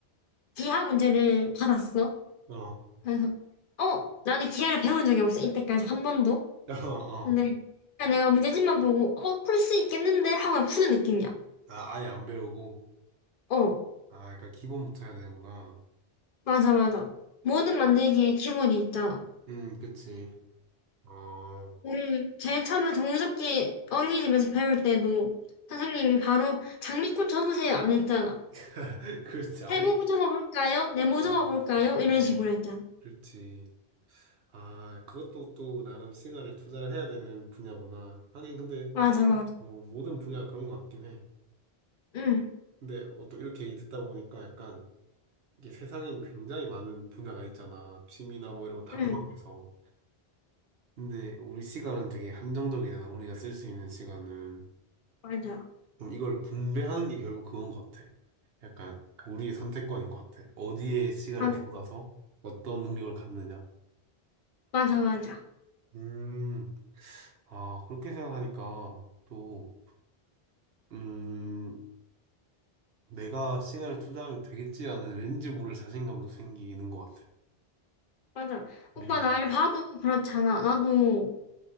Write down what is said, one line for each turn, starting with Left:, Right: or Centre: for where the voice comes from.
Left: 기하 문제를 받았어.
Right: 어,
Left: 그래서 어, 나는 기하를 배운 적이 없어 이때까지 한 번도.
Right: <laughs> 어, 어.
Left: 근데 그냥 내가 문제집만 보고 어, 풀 수 있겠는데 하고 그냥 푸는 느낌이야.
Right: 아, 아예 안 배우고,
Left: 어,
Right: 아, 약간 기본부터 해야 되는구나.
Left: 맞아, 맞아. 뭐든 만들기에 기본이 있잖아.
Right: 음, 그치. 어,
Left: 우리 제일 처음에 종이접기 어린이집에서 배울 때도 선생님이 바로 장미꽃 접으세요 안 했잖아.
Right: <laughs> 그렇지. 아무,
Left: 세모 접어볼까요? 네모 접어볼까요?
Right: 음, 음,
Left: 이런 식으로 했잖아.
Right: 그렇지. 아, 그것도 또 나름 시간을 투자를 해야 되는 분야구나. 하긴 근데,
Left: 맞아, 맞아.
Right: 뭐, 모든 분야가 그런 것 같긴 해.
Left: 응,
Right: 근데, 어, 또 이렇게 얘기 듣다 보니까 약간, 이게 세상엔 굉장히 많은 분야가 있잖아. 취미나 뭐 이런 거 다
Left: 응,
Right: 포함해서. 근데, 우리 시간은 되게 한정적이잖아. 우리가 쓸 수 있는 시간은.
Left: 맞아.
Right: 그럼 이걸 분배하는 게 결국 그건 것 같아. 약간 우리의 선택권인 것 같아. 어디에 시간을
Left: 맞아,
Right: 쏟아서 어떤 능력을 갖느냐.
Left: 맞아, 맞아.
Right: 음, 아, 그렇게 생각하니까 또, 음, 내가 시간을 투자하면 되겠지라는 왠지 모를 자신감도 생기는 것 같아.
Left: 맞아. 오빠
Right: 음,
Left: 날 봐도 그렇잖아. 나도